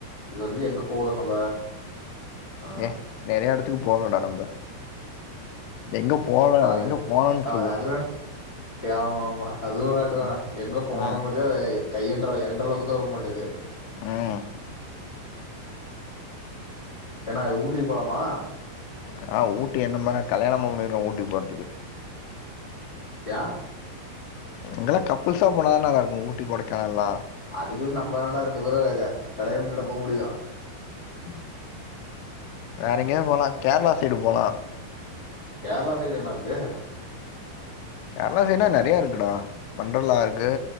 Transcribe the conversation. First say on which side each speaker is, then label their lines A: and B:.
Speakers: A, on the left; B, on the left.
A: இதுவரிக்கு எங்க போல நம்ப ஆ
B: ஏ நெறைய எடத்துக்கு போலடா நம்ப எங்க போல
A: அது
B: எங்க போலான்னு
A: அ
B: சொல்லு?
A: அது வேண் ஆமா ஆமா அதுவு கரெக்ட்டுதா
B: அ,
A: எங்க போனோ
B: அ,
A: த <unintelligible> கை என்ற என்றளவுக்குதா வரமாட்டுது
B: ம்
A: எ நாளைக் ஊட்டிக்கு போலாமா
B: ஆனா ஊட்டி என்னமனா கல்யாணமா பண்ணிருக்கோ ஊட்டி போற்துக்கு
A: யா
B: அங்கல்லா கப்பில்ஸா போனாதா நல்லாருக்கு ஊட்டி கொடைக்கானல்லா
A: அதுக்குன்னு நம்ம ஏன்டா ரெண்டு பேரு அது கலயாணம் பண்ணிட போ முடியு
B: ம் வேற எங்கயாவுபோலா கேரளா சைடு போலா
A: கேரளா சைடு என்னாருக்கு
B: கேரளா சைட்னா நெறைய இருக்குடா ஒன்டர்லா இருக்கு